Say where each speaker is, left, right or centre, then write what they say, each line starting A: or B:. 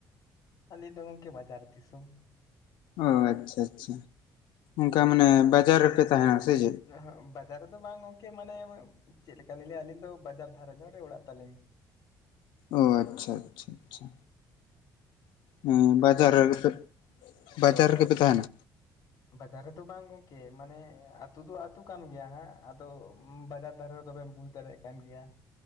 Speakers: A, on the left; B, on the left.
A: ᱟᱞᱤᱧ ᱫᱚ ᱜᱚᱢᱠᱮ ᱵᱟᱡᱟᱨ ᱫᱤᱥᱚᱢ᱾
B: ᱚ ᱟᱪᱪᱷᱟᱻ ᱟᱪᱪᱷᱟᱻ ᱚᱱᱠᱟ ᱢᱟᱱᱮ ᱵᱟᱡᱟᱨ ᱨᱮᱯᱮ ᱛᱟᱦᱮᱸᱱᱟ ᱥᱮ ᱪᱮᱫ?
A: ᱮᱦᱮᱜ ᱵᱟᱡᱟᱨ ᱨᱮᱫᱚ ᱵᱟᱝ ᱜᱚᱝᱠᱮ ᱢᱟᱱᱮ ᱪᱮᱫ ᱞᱮᱠᱟ ᱞᱤᱧ ᱞᱟᱹᱭᱟ ᱟᱹᱞᱤᱧ ᱫᱚ ᱵᱟᱡᱟᱨ ᱫᱷᱟᱨᱟ ᱧᱚᱜ ᱨᱮ ᱚᱲᱟᱜ ᱛᱟᱹᱞᱤᱧ᱾
B: ᱚᱻ ᱟᱪᱪᱷᱟᱻ ᱟᱪᱪᱷᱟᱻ ᱟᱪᱪᱷᱟᱻ᱾ ᱦᱮᱸ
A: ᱟᱫᱚ
B: ᱵᱟᱡᱟᱨ
A: ᱢᱟᱱᱮ
B: ᱨᱮ ᱵᱟᱡᱟᱨ
A: ᱦᱳᱭ
B: ᱨᱮ
A: ᱦᱳᱭ
B: ᱜᱮᱯᱮ ᱛᱟᱦᱮᱸᱱᱟ?
A: <inaudible> ᱵᱟᱡᱟᱨ ᱨᱮᱫᱚ ᱵᱟᱝ ᱜᱚᱝᱠᱮ ᱢᱟᱱᱮ, ᱟᱛᱳ ᱫᱚ ᱟᱹᱛᱩ ᱠᱟᱱ ᱜᱮᱭᱟ ᱦᱟᱸᱜ ᱟᱫᱚ ᱵᱟᱡᱟᱨ ᱫᱷᱟᱨᱮ᱾ ᱛᱚᱵᱮᱢ ᱵᱩᱡ ᱫᱟᱲᱮᱭᱟᱜ ᱠᱟᱱ ᱜᱮᱭᱟ᱾